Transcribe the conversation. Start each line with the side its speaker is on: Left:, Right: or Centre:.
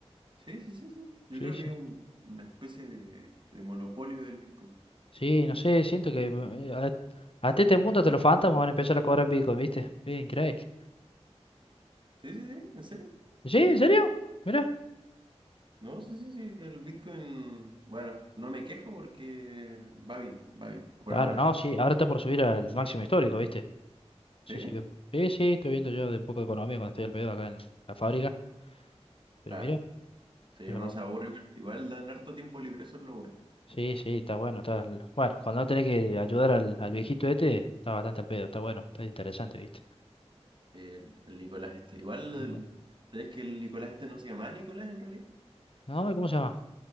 Right: Sí, sí, sí, sí. Yo
Left: Sí,
Right: creo
Left: sí.
Right: que es un- una especie de, de monopolio del Bitcoin.
Left: Sí, no sé. Siento que eh, a- hasta este punto hasta los fantasmas van a empezar a cobrar en Bitcoin, ¿viste? Es increíble.
Right: Sí, sí, sí, ¿en serio?
Left: ¿Sí? ¿En serio? Mira.
Right: No, sí, sí, sí, el Bitcoin, bueno, no me quejo porque va bien, va bien, por
Left: Claro,
Right: ahora.
Left: no, sí, ahora está por subir al máximo histórico, ¿viste? Sí,
Right: ¿Sí?
Left: sí, sí, sí, estoy viendo yo de un poco de economía cuando estoy al pedo acá en la fábrica, pero
Right: Claro,
Left: mira,
Right: sí,
Left: pero
Right: uno se aburre igual, igual dan harto tiempo libre, eso es lo bueno.
Left: sí, sí, está bueno, está, l- bueno, cuando no tenés que ayudar al, al viejito este, está bastante al pedo, está bueno, está interesante, ¿viste?
Right: El, el Nicolás este, igual,
Left: Bueno.
Right: el- ¿sabes que el Nicolás este no se llama Nicolás en realidad?
Left: No, ¿y ¿cómo se llama?